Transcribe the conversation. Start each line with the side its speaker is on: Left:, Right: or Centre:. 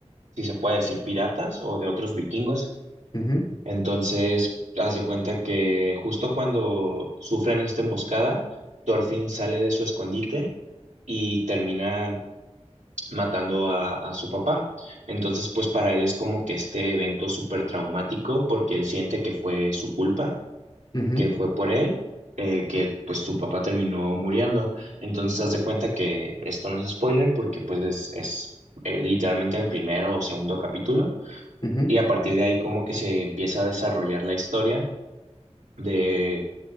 Right: si se puede decir piratas o de otros vikingos.
Left: ujú,
Right: Entonces, haz de cuenta que justo cuando sufren esta emboscada, Thorfinn sale de su escondite y terminan matando a, a su papá. Entonces, pues para él es como que este evento súper traumático porque él siente que fue su culpa,
Left: ujú,
Right: que fue por él, eh, que pues su papá terminó muriendo. Entonces, haz de cuenta que esto no es spoiler porque pues es, es eh, literalmente el primero o segundo capítulo
Left: ujú,
Right: y a partir de ahí como que se empieza a desarrollar la historia de,